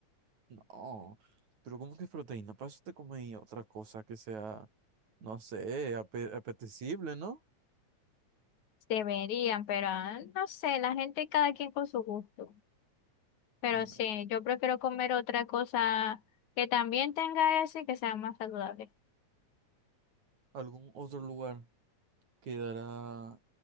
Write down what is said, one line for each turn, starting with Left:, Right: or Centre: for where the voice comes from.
Right: No, pero ¿cómo que es proteína? Para eso te comes otra cosa que sea, no sé, ape- apetecible, ¿no?
Left: Deberían, pero ah, no sé, la gente cada quien con su gusto. Pero
Right: Ay,
Left: sí,
Right: no.
Left: yo prefiero comer otra cosa que también tenga eso y que sea más saludable.
Right: algún otro lugar que dará